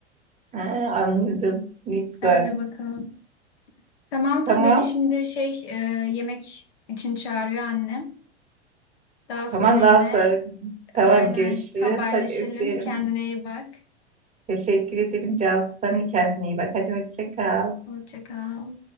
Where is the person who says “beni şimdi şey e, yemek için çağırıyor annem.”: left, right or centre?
Left